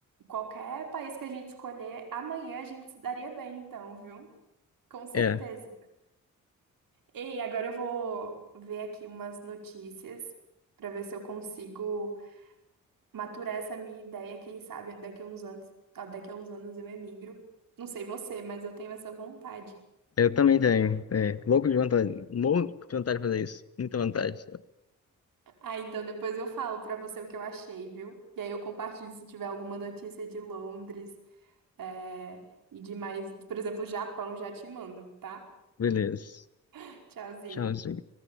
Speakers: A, on the right; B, on the left.
A: qualquer país que a gente escolher, amanhã a gente se daria bem, então, viu? Com certeza.
B: É,
A: Ei, agora eu vou ver aqui umas notícias para ver se eu consigo maturar essa minha ideia. Quem sabe daqui a uns anos, ó, daqui a uns anos eu emigro. Não sei você, mas eu tenho essa vontade.
B: eu também tenho. É, louco de vontade, louco de vontade de fazer isso. Muita vontade.
A: Ah, então depois eu falo para você o que eu achei, viu? E aí eu compartilho se tiver alguma notícia de Londres. É, e de mais, por exemplo, Japão, já te mando, tá?
B: Beleza.
A: <laughs> Tchauzinho.
B: Tchauzinho.